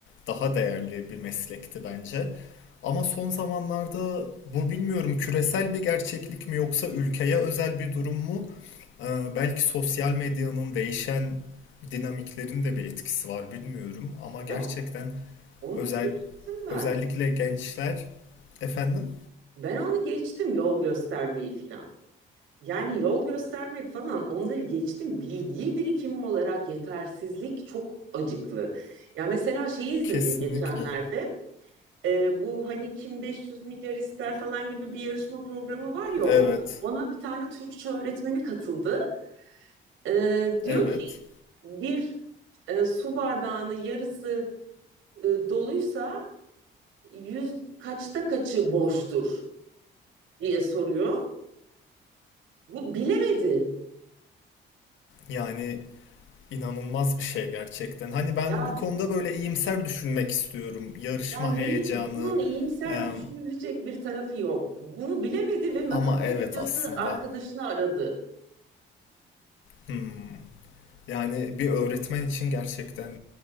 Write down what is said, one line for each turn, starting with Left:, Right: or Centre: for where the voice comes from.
Left: daha değerli bir meslekti bence. Ama son zamanlarda bu bilmiyorum küresel bir gerçeklik mi yoksa ülkeye özel bir durum mu? Ee, belki sosyal medyanın değişen dinamiklerin de bir etkisi var bilmiyorum ama gerçekten
Right: Ya onu
Left: özel
Right: geçtim ben.
Left: özellikle gençler efendim
Right: Ben onu geçtim yol göstermeyi falan. Yani yol göstermek falan onları geçtim. Bilgi birikimi olarak yetersizlik çok acıklı. Ya mesela şey izledim
Left: Kesinlikle.
Right: geçenlerde. e, bu hani kim 500 milyar ister falan gibi bir yarışma programı var ya ona,
Left: evet
Right: ona bir tane Türkçe öğretmeni katıldı. E, diyor
Left: evet
Right: ki bir e, su bardağının yarısı e, doluysa yüz kaçta kaçı boştur diye soruyor. Bu bilemedi.
Left: yani inanılmaz bir şey gerçekten. Hani ben
Right: Ya
Left: bu konuda böyle iyimser düşünmek istiyorum. Yarışma
Right: ya neyi,
Left: heyecanı
Right: bunun iyimser
Left: e,
Right: düşünülecek bir tarafı yok. Bunu bilemedi ve matematik
Left: ama evet
Right: hocası
Left: aslında
Right: arkadaşını aradı.
Left: hmm. Yani bir öğretmen için gerçekten